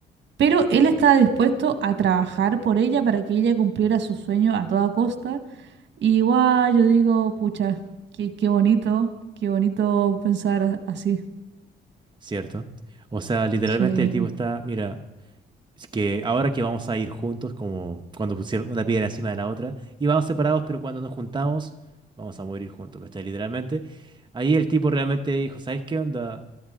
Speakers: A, on the right (about 65°); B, on the right (about 25°).
A: Pero él estaba dispuesto a trabajar por ella para que ella cumpliera su sueño a toda costa Y igual yo digo, pucha, qué, qué bonito, qué bonito pensar a- así.
B: ¿cierto? O sea, literalmente
A: Sí.
B: el tipo está, mira, Es que ahora que vamos a ir juntos, como cuando pusieron una piedra encima de la otra, íbamos separados, pero cuando nos juntamos, vamos a morir juntos, ¿cachai? Literalmente. Ahí el tipo realmente dijo, ¿sabes qué onda?